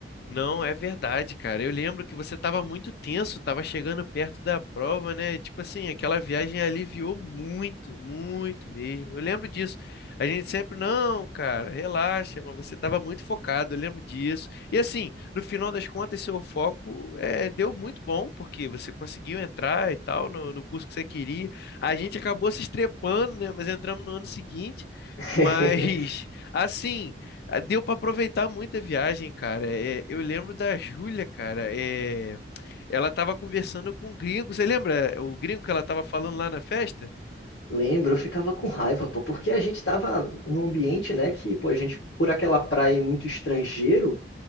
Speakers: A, on the left; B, on the left.
A: Não, é verdade, cara. Eu lembro que você estava muito tenso, estava chegando perto da prova, né? Tipo assim, aquela viagem aliviou muito, muito mesmo. Eu lembro disso. A gente sempre, não, cara, relaxa, mas você estava muito focado, eu lembro disso. E assim, no final das contas, seu foco eh, deu muito bom, porque você conseguiu entrar e tal no, no curso que você queria. A gente acabou se estrepando, né? Mas entramos no ano seguinte.
B: <laughs>
A: Mas, <laughs> assim. Ah, Deu para aproveitar muito a viagem, cara. É, eu lembro da Júlia, cara. é, ela tava conversando com o gringo. Você lembra eh, o gringo que ela tava falando lá na festa?
B: Lembro, eu ficava com raiva, pô, porque a gente tava num ambiente, né, que, pô, a gente, por aquela praia muito estrangeiro,